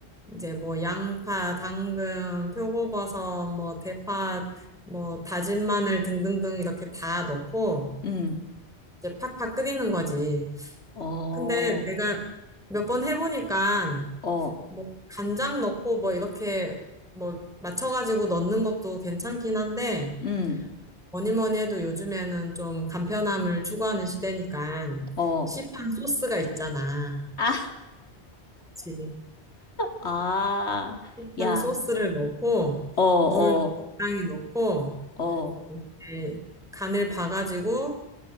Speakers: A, in the centre; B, on the left (about 85°).
A: 이제 뭐 양파, 당근, 표고버섯, 뭐 대파, 뭐 다진 마늘 등등등 이렇게 다 넣고,
B: 음,
A: 이제 팍팍 끓이는 거지.
B: 어,
A: 근데 내가 몇 번 해보니까,
B: 어,
A: 뭐 간장 넣고 뭐 이렇게 뭐 맞춰가지고 넣는 것도 괜찮긴 한데,
B: 음,
A: 뭐니 뭐니 해도 요즘에는 좀 간편함을 추구하는 시대니까
B: 어,
A: 시판 소스가 있잖아.
B: 아,
A: 그치.
B: 아,
A: 시판
B: 야,
A: 소스를 넣고
B: 어, 어,
A: 물 적당히 넣고
B: 어,
A: 이렇게 간을 봐가지고